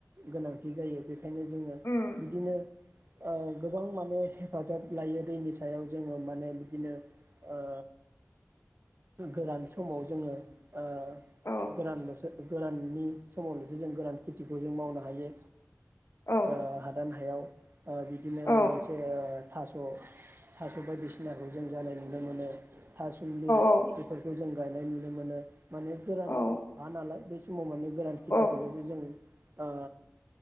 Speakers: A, on the right; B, on the left.
A: गोनांथि जायो बे। ओंखायनो जोङो
B: उम
A: बिदिनो। ओ गोबां माने हेफाजाब लायो। दैनि सायाव जोङो माने बिदिनो ओ। गोरान समाव जोङो। ओ
B: औ
A: गोरानल'सो गोराननि समावनोसो जों गोरान खि। खेथिखौ जों मावनो हायो।
B: औ
A: ओ हादान। हायाव। ओ बिदिनो
B: औ
A: मोनसे ओ। थास'-थास' बायदिसिनाखौ जों जानाय नुनो मोनो। थासुमलि।
B: औ
A: खौ जों गायनाय नुनो मोनो। माने गोरान
B: औ
A: हा नालाय बे। समाव माने गोरान खेथिखौलायसो
B: औ
A: जों। ओ